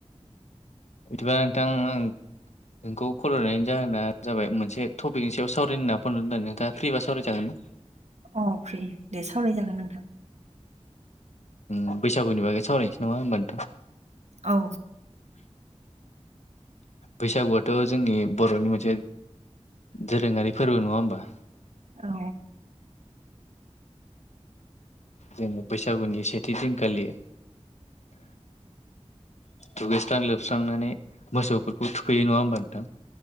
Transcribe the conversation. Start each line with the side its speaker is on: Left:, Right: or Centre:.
Left: बिदिबा नोंथां आं नोंखौ खल'नायनि जाहोना जाबाय मोनसे टपिकनि सायाव सावरायि होनना फनरदों नोंथाङा फ्रिबा सावरायजागोन ना
Right: अ फ्रि दे सावरायजागोन नोंथां
Left: अ बैसागुनि बागै सावरायनोसै नामा होमबा नोंथां
Right: औ
Left: बैसागुआथ' जोंनि बर'नि मोनसे दोरोङारि फोरबो नङा होनबा?
Right: औ
Left: जोङो बैसागुनि सेथि दिनखालि दुगैस्रां लोबस्रांनानै मोसौफोरखौ थुखैयो नङा होमबा नोंथां